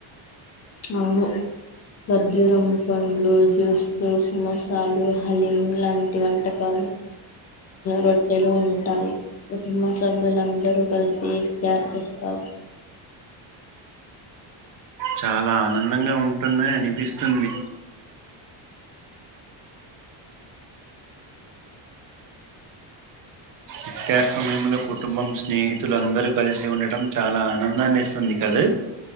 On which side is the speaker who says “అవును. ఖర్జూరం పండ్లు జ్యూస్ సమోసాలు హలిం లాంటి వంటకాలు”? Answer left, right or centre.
Left